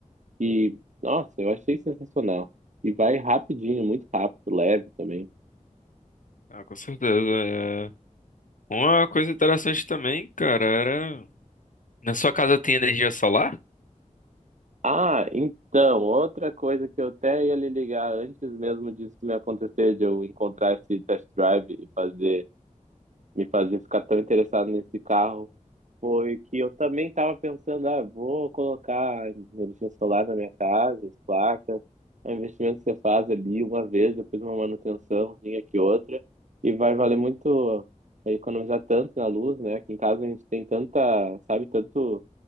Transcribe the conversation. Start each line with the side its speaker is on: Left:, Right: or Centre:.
Right: E, nossa, eu achei sensacional. E vai rapidinho, muito rápido, leve também.
Left: Ah, com certeza. Uma coisa interessante também, cara, era. Na sua casa tem energia solar?
Right: Ah, então, outra coisa que eu até ia lhe ligar antes mesmo disso me acontecer, de eu encontrar esse test drive e fazer, me fazer ficar tão interessado nesse carro, Foi que eu também estava pensando, ah, vou colocar energia solar na minha casa, as placas, é um investimento que você faz ali uma vez, depois uma manutençãozinha que outra, e vai valer muito, é, economizar tanto na luz, né? Aqui em casa a gente tem tanta, sabe, tanto,